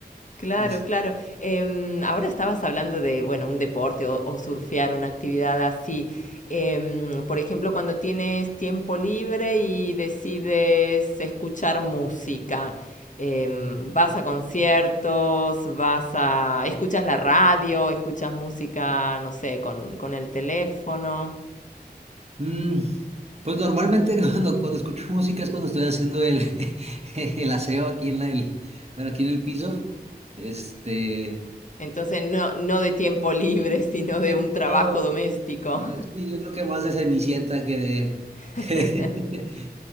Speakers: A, on the left; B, on the right.
A: Claro,
B: Es-
A: claro. Em, ahora estabas hablando de, bueno, un deporte o, o surfear, una actividad así. Em, por ejemplo, cuando tienes tiempo libre y decides escuchar música, em, vas a conciertos, vas a... escuchas la radio, escuchas música, no sé, con, con el teléfono.
B: mm. Pues normalmente <laughs> cuando, cuando escucho música es cuando estoy haciendo el, <laughs> el aseo aquí en la, el, bueno, aquí en el piso. Este,
A: Entonces, no, no de tiempo <laughs> libre, sino de
B: eh,
A: un trabajo
B: no,
A: doméstico.
B: sí, yo creo que más de Cenicienta que de,
A: <laughs>
B: <laughs>